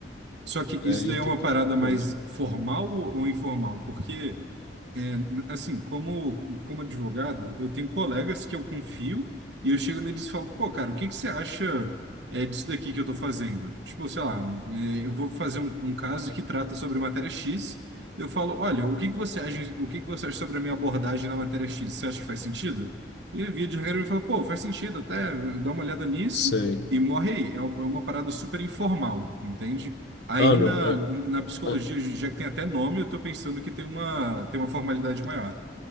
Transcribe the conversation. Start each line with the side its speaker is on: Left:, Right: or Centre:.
Right: Só que
Left: É,
Right: isso daí
Left: então
Right: é uma
Left: tem
Right: parada
Left: esse movimento.
Right: mais formal ou ou informal? Porque, é, n- assim, como, como advogado, eu tenho colegas que eu confio e eu chego neles e falo, pô, cara, o que que você acha é, disso daqui que eu tô fazendo? Tipo, sei lá, é, eu vou fazer um, um caso que trata sobre matéria X. Eu falo, olha, o que que você acha, o que que você acha sobre a minha abordagem na matéria X? Você acha que faz sentido? E via de regra ele fala, pô, faz sentido até, dá uma olhada nisso
Left: Sei.
Right: e morre aí. É é uma parada super informal, entende? Aí
Left: Ah, não.
Right: na, na psicologia,
Left: É, é,
Right: já que tem até nome, eu tô pensando que tem uma, tem uma formalidade maior.